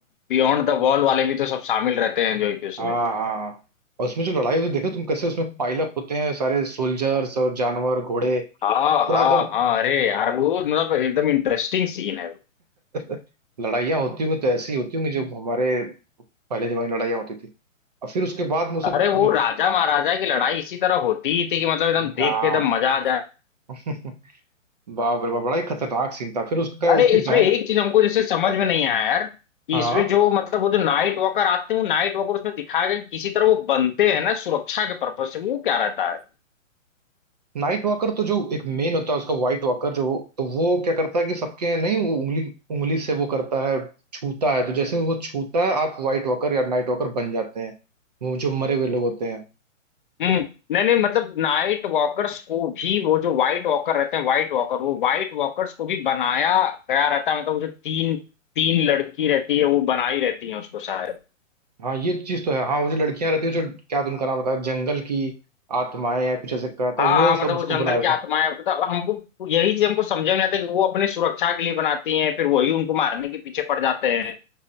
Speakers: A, on the left; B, on the right.
A: बियॉन्ड द वॉल वाले भी तो सब शामिल रहते हैं जो कि उसमें
B: हाँ हाँ और उसमें जो लड़ाई होती है देखो तुम कैसे उसमें पाइल अप होते हैं सारे सोल्जर्स और जानवर घोड़े
A: हाँ
B: पूरा
A: हाँ
B: एकदम
A: हाँ अरे यार वो मतलब एकदम इंटरेस्टिंग सीन है वो
B: <laughs> लड़ाइयाँ होती होंगी तो ऐसी होती होंगी जो हमारे पहले जमाने में लड़ाइयाँ होती थी और फिर उसके बाद में वो
A: अरे
B: सब
A: वो राजा महाराजा की लड़ाई इसी तरह होती ही थी कि मतलब एकदम
B: हाँ
A: देख के एकदम मजा आ जाए
B: <laughs> बाप रे बाप बड़ा ही खतरनाक सीन था फिर उसका
A: अरे
B: उसकी
A: इसमें
B: बहन
A: एक चीज हमको जैसे समझ में नहीं आया यार कि
B: हाँ
A: इसमें जो मतलब वो जो नाइट वॉकर आते हैं वो नाइट वॉकर उसमें दिखाया गया कि किसी तरह वो बनते हैं ना सुरक्षा के पर्पज से वो क्या रहता है
B: नाइट वॉकर तो जो एक मेन होता है उसका व्हाइट वॉकर जो तो वो क्या करता है कि सबके नहीं वो उंगली उंगली से वो करता है छूता है तो जैसे ही वो छूता है आप व्हाइट वॉकर या नाइट वॉकर बन जाते हैं वो जो मरे हुए लोग होते हैं
A: हम्म नहीं नहीं मतलब नाइट वॉकर्स को भी वो जो व्हाइट वॉकर रहते हैं व्हाइट वॉकर वो व्हाइट वॉकर्स को भी बनाया गया रहता है मतलब वो जो तीन तीन लड़की रहती है वो बनाई रहती है उसको शायद
B: हाँ ये चीज तो है हाँ वो जो लड़कियां रहती है जो क्या तो उनका नाम बताया जंगल की आत्माएं या कुछ ऐसे कहा
A: हाँ
B: था वो
A: हाँ मतलब
B: सब उसको
A: वो जंगल
B: बना
A: की आत्माएं मतलब हमको यही चीज हमको समझ में नहीं आता कि वो अपनी सुरक्षा के लिए बनाती हैं फिर वही उनको मारने के पीछे पड़ जाते हैं